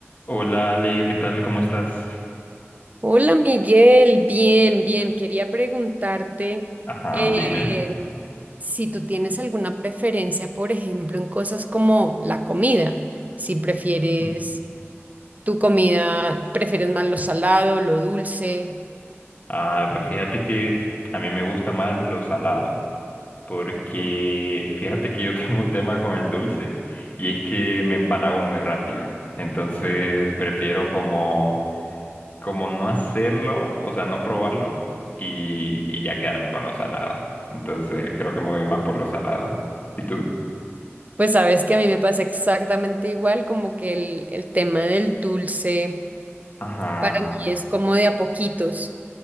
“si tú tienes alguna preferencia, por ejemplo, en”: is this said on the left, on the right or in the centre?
Right